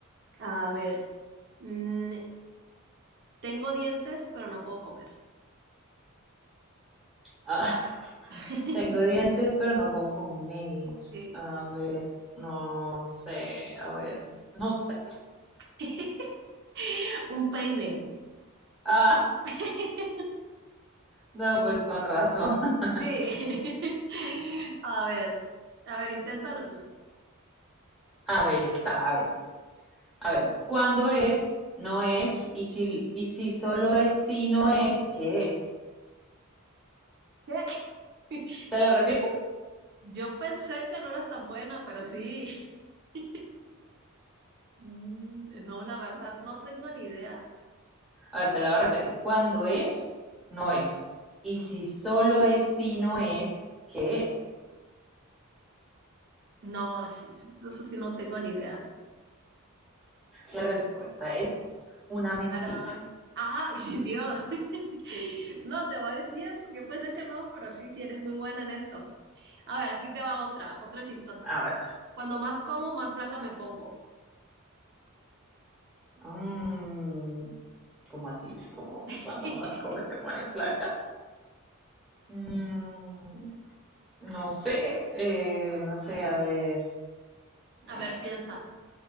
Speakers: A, on the right (about 50°); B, in the centre.
A: A ver, mm, tengo dientes, pero no puedo comer.
B: Ah, <laughs>
A: <laughs>
B: tengo dientes, pero no puedo comer.
A: Sí.
B: A ver, no sé, a ver, no sé.
A: <laughs> Un peine.
B: Ah,
A: <laughs>
B: no, pues con razón. <laughs>
A: Sí. <laughs> A ver, a ver, inténtalo tú.
B: A ver, esta vez. A ver, ¿cuándo es? No es. Y si, y si solo es si no es, ¿qué es?
A: <laughs> ¿Qué?
B: Te la repito.
A: Yo, yo pensé que no eras tan buena, pero sí. <laughs> Mm, No, la verdad, no tengo ni idea.
B: A ver, te la voy a repetir. Cuando es, no es. Y si solo es si no es, ¿qué es?
A: No, sí, sí, sí, eso sí no tengo ni idea.
B: La respuesta es una mentira.
A: Tarán. Ajá, <laughs> y Dios. <laughs> No, te va a ir bien porque pensé que no, pero sí, sí eres muy buena en esto. A ver, aquí te va otra, otra chistosa.
B: A ver,
A: Cuando más como, más flaca me pongo.
B: mm, ¿cómo así? Como
A: <laughs>
B: cuando más come se pone flaca. Mm, no sé, eh, no sé, a ver,
A: A
B: eh,
A: ver, piensa.